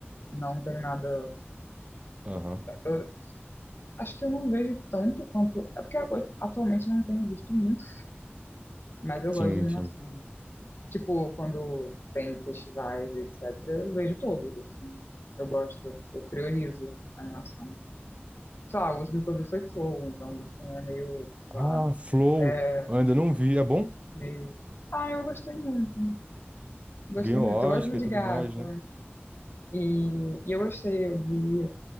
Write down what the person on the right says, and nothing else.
Aham.
Sim,
sim.
Ah,
Flow.
Eu ainda não vi. É bom?
Ganhou
Oscar
e
tudo
mais, né?